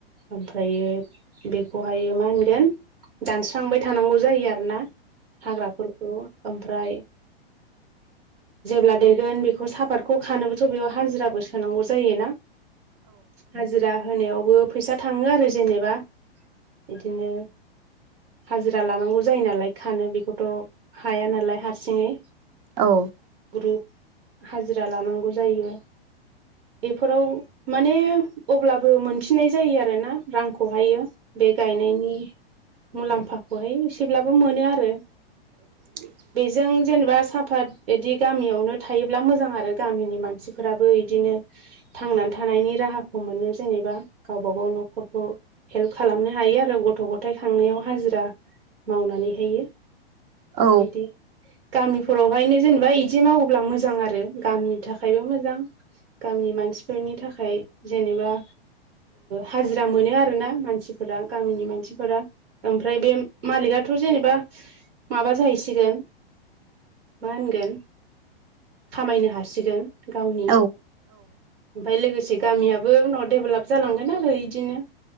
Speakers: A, on the right; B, on the right.
A: ओमफ्रायो बेखौहायो मा होनगोन गोन दानस्रांबाय थानांगौ जायो आरो ना हाग्राफोरखौ ओमफ्राय जेब्ला देरगोन बेखौ साफातखौ खानोबोथ' बेयाव हाजिराबो सोनांगौ जायोना। हाजिरा होनायावबो फैसा थाङो आरो जेनेबा इदिनो हाजिरा लानांगौ जायो नालाय खानो बेखौथ' हाया नालाय हारसिङै
B: औ।
A: ग्रुप हाजिरा लानांगौ जायो एफोराव माने अब्लाबो मोनफिननाय जायो आरोना रांखौहायो बे गायनायनि मुलाम्फाखौहाय एसेब्लाबो मोनो आरो।
B: <inaudible>
A: बेजों जेनेबा साफात बिदि गामियावनो थायोब्ला मोजां आरो गामिनि मानसिफोराबो इदिनो थांनानै थानायनि राहाखौ मोनो जेनेबा गावबा गाव न'खरखौ हेल्प खालामनो हायो आरो गथ' गथथाय खांनायाव हाजिरा मावनानैहायो
B: औ।
A: बिदि गामिफोरावहायनो जेनेबा बिदि मावोब्ला मोजां आरो गामिनि थाखायबो मोजां। गामि मानसिफोरनि थाखाय जेनेबा हाजिरा मोनो आरोना मानसि फोरा गामिनि मानसि फोरा ओमफ्राय बे मालिकाथ' जेनेबा माबा जाहैसिगोन मा होनगोन खामायनो हासिगोन गावनि
B: औ
A: ओमफाय लोगोसे लोगोसे गामियो उनाव डेभेलप जालांगोन आरो इदिनो